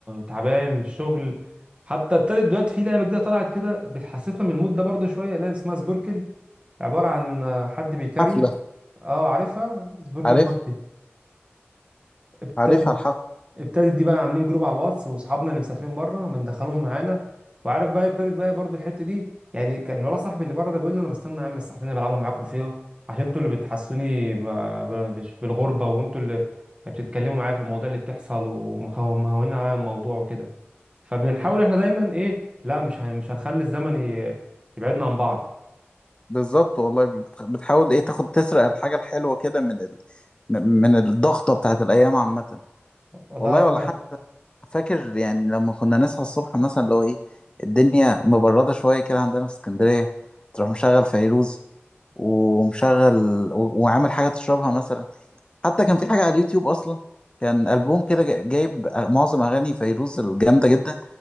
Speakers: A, on the right; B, on the left.
A: تعبان من الشغل حتى ابتدت دلوقتي في لعبه جديده طلعت كده بتحسسنا من المود ده برضه شويه لعبه اسمها سبوركل عباره عن حد بيكاري
B: حفلة
A: اه عارفها سبوركل
B: عارف
A: بارتي ابتدت
B: عارفها الحفر
A: ابتدت دي بقى عاملين جروب على الواتس واصحابنا اللي مسافرين بره بندخلهم معانا وعارف بقى ابتدت بقى برضو الحته دي يعني كان الولد صاحبي اللي بره ده بيقول لي انا بستنى يا عم الساعتين اللي بلعبهم معاكم فيها عشان انتوا اللي بتحسوني ما- ب- بش- بالغربه وانتوا اللي بتتكلموا معايا في المواضيع اللي بتحصل ومهونين على الموضوع وكده فبنحاول احنا دايما ايه لا مش هن- مش هنخلي الزمن ي- يبعدنا عن بعض
B: بالظبط والله بتخ- بتحاول ايه تاخد تسرق الحاجة الحلوة كده من ال... من من الضغطة بتاعت الأيام عامة
A: والله
B: والله
A: اقول
B: ولا
A: لك
B: حتى فاكر يعني لما كنا نصحى الصبح مثلا لو ايه الدنيا مبردة شوية كده عندنا في اسكندرية تروح مشغل فيروز ومشغل و... وعامل حاجة تشربها مثلا حتى كان في حاجة على اليوتيوب أصلا كان ألبوم كده جا- جايب معظم أغاني فيروز الجامدة جدا